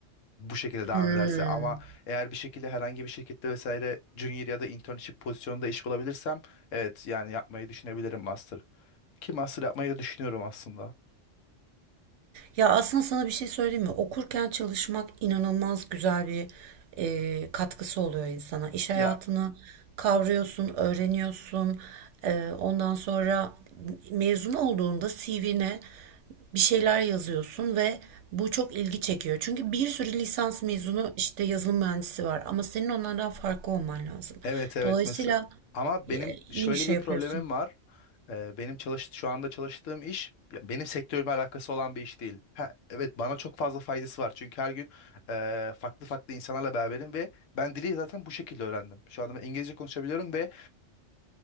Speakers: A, on the left; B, on the right.
A: bu şekilde devam
B: Hmm.
A: ederse ama eğer bir şekilde herhangi bir şirkette vesaire junior ya da internship pozisyonunda iş bulabilirsem evet yani yapmayı düşünebilirim master. Ki master yapmayı da düşünüyorum aslında.
B: Ya aslında sana bir şey söyleyeyim mi? Okurken çalışmak inanılmaz güzel bir e, katkısı oluyor insana. İş hayatını
A: Ya
B: kavruyorsun, öğreniyorsun. E, ondan sonra mezun olduğunda CV'ne bir şeyler yazıyorsun ve bu çok ilgi çekiyor. Çünkü bir sürü lisans mezunu işte yazılım mühendisi var ama senin onlardan farklı olman lazım.
A: evet evet
B: Dolayısıyla
A: mes ama
B: e,
A: benim
B: iyi
A: şöyle
B: bir şey
A: bir problemim
B: yapıyorsun.
A: var. Ee, benim çalış şu anda çalıştığım iş ya benim sektörümle alakası olan bir iş değil. Ha, evet bana çok fazla faydası var çünkü her gün e, farklı farklı insanlarla beraberim ve ben dili zaten bu şekilde öğrendim. Şu anda ben İngilizce konuşabiliyorum ve